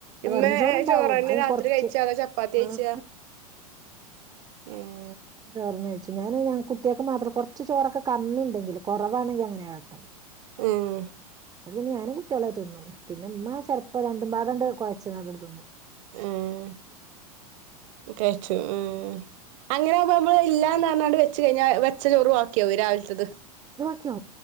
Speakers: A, on the right; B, on the right.
A: ഇന്നു
B: വെറുംചോറുണ്ടാവും
A: ചോറെന്ന
B: അതിന്
A: രാത്രി
B: കൊറച്ച്
A: കഴിച്ചേ അതോ ചപ്പാത്തി കഴിച്ചാ
B: ആഹ്
A: ഉം
B: ചോറെന്നെ കഴിച്ചേ ഞാന് ഞ കുട്ടികൾക്ക് മാത്രം കൊറച്ച് ചോറൊക്കെ കമ്മി ഉണ്ടെങ്കിൽ കുറവാണെങ്കിൽ അങ്ങനെയാ കട്ടാ
A: ഉം
B: അതു ഞാനും കുട്ടിയാളും അത് തിന്നും പിന്നെമ്മ ചെലപ്പോ രണ്ടും പാടണ്ട് കുഴച് ങ്ങാണ്ട്തിന്നും
A: ഉം കഴിച്ചു ഉം അങ്ങനൊമ്പോ നമ്മള് ഇല്ലാന്ന് പറഞ്ഞാ വെച്ച് കഴിഞ്ഞാൽ വെച്ച ചോറുവാക്കി ക്കോ രാവിലത്തത്
B: ക്കോ